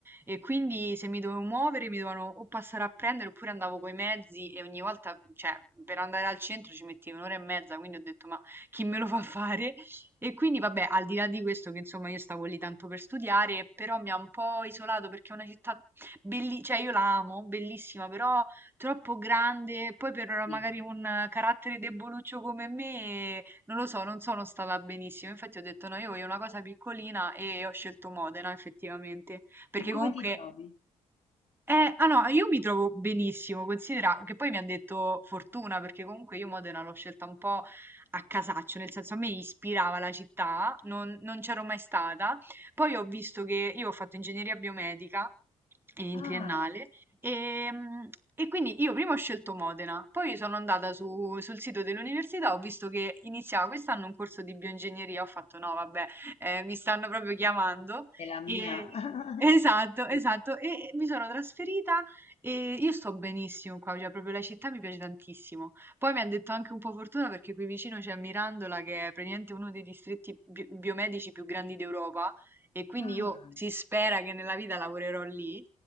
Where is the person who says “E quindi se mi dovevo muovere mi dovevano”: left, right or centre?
Right